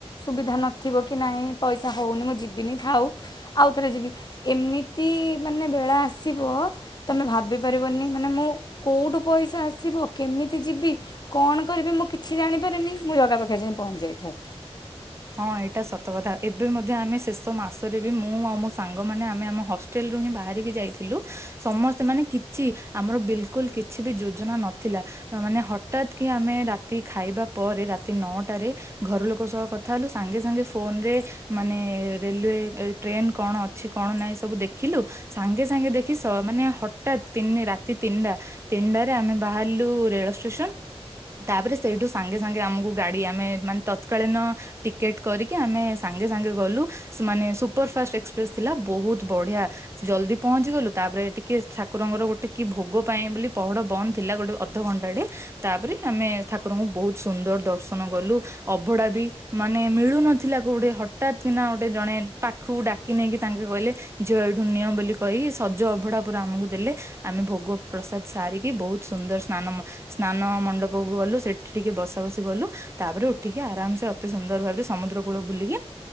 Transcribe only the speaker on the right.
ହଁ ଏଇଟା ସତ କଥା ଏବେ ମଧ୍ୟ ଆମେ ଶେଷ ମାସରେ ବି ମୁଁ ଆଉ ମୋ ସାଙ୍ଗମାନେ ଆମେ ଆମ ହଷ୍ଟେଲ ହିଁ ବାହାରିକି ଯାଇଥିଲୁ ସମସ୍ତେ ମାନେ କିଛି ଆମର ବିଲକୁଲ କିଛି ବି ଯୋଜନା ନଥିଲା ମାନେ ହଠାତ୍ କି ଆମେ ରାତି ଖାଇବା ପରେ ରାତି ନଅଟାରେ ଘର ଲୋକ ସହ କଥା ଥା ହେଲେ ସାଙ୍ଗେ ସାଙ୍ଗେ ଫୋନ ରେ ମାନେ ରେଲୱେ ଟ୍ରେନ କଣ ଅଛି କଣ ନାହିଁ ସବୁ ଦେଖି ଲୁ ସାଙ୍ଗେ ସାଙ୍ଗେ ଦେଖି ସ ମାନେ ହଠାତ୍ ତିନ ରାତି ତିନିଟା ତିନିଟାରେ ଆମେ ବାହାଲୁ। କୁ ରେଳ ଷ୍ଟେସନ। ତାପରେ ସେଇଠୁ ସାଙ୍ଗେ ସାଙ୍ଗେ ଆମକୁ ଗାଡି ଆମେ ମାନେ ତତକାଳୀନ ଟିକେଟ୍ କରିକି ଆମେ ସାଙ୍ଗେ ସାଙ୍ଗେ ଗଲୁ। ସେମାନେ ସୁପର ଫାଷ୍ଟ ଏକ୍ସପ୍ରେସ ଥିଲା। ବହୁତ ବଢ଼ିଆ ଜଲଦି ପହଞ୍ଚି ଗଲୁ। ତାପରେ ଟିକେ ଠାକୁରଙ୍କର ଗୋଟେ କି ଭୋଗ ପାଇଁ ବୋଲି ପହଡ ବନ୍ଦ ଥିଲା। ଗୋଟେ ଅଧ ଅଧ ଘଣ୍ଟାଡେ ତାପରେ ଆମେ ଠାକୁରଙ୍କୁ ବହୁତ ସୁନ୍ଦର ଦର୍ଶନ କଲୁ। ଅଭଢା ବି ମାନେ ମିଳୁନଥିଲା କୋଉଠି। ହଠାତ୍ କିନା ଗୋଟେ ଜଣେ ପାଖକୁ ଡାକି ନେଇକି ତାଙ୍କେ କହିଲେ। ଝିଅ ଏଠୁ ନିଅ ବୋଲି କହିିକି ସଜ ଅଭଡା ପୁରା ଆମକୁ ଦେଲେ। ଆମେ ଭୋଗ ପ୍ରସାଦ ସାରିକି ବହୁତ ସୁନ୍ଦର ସ୍ନାନ ମ ସ୍ନାନ ମଣ୍ଡପକୁ ଗଲୁ ସେଠି ଟିକେ ବସା ବସି କଲୁ। ତାପରେ ଉଠିକି ଆରାମସେ ଏତେ ସୁନ୍ଦର ଭାବରେ ସମୁଦ୍ର କୂଳ ବୁଲିକି